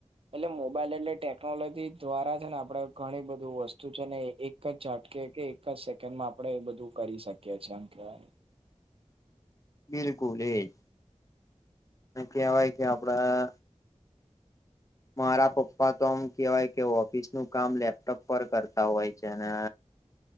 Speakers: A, on the right (about 50°); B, on the left (about 30°).
A: એટલે મોબાઈલ એટલે ટેકનોલોજી દ્વારા છે ને આપણડે ઘણી બધું વસ્તુ છે ને એક એક જ ઝાટકે કે, એક જ સેકન્ડમાં આપડે, એ બધું કરી શકીએ, એ એમ કેવા
B: બિલકુલ એ જ, અને કેવાય કે આપડા. મારા પપ્પા તો આમ કેવાય કે, ઓફિસ નું કામ લેપટોપ પર કરતા હોય છે ને.